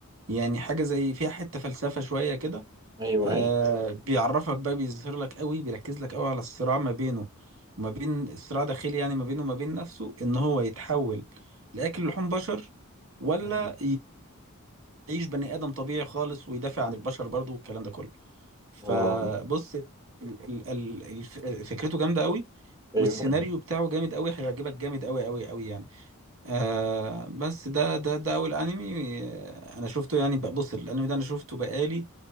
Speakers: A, on the right (about 65°); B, on the right (about 15°).
A: يعني حاجة زي فيها حتة فلسفة شوية كده
B: ايوه
A: آه
B: ايوه
A: بيعرفك بقى بيظهر لك قوي بيركز لك قوي على الصراع ما بينه وما بين الصراع داخلي يعني ما بينه وما بين نفسه ان هو يتحول لأكل لحوم بشر ولا
B: امم
A: يعيش بني آدم طبيعي خالص ويدافع عن البشر برضه والكلام ده كله فبص
B: اه
A: ال- ال- الف- فكرته جامده قوي والسيناريو
B: ايوه ايوه
A: بتاعه جامد قوي هيعجبك جامد قوي قوي قوي يعني آه بس ده ده ده اول انمي آه، انا شفته يعني بقى- بص الانمي ده انا شفته بقالي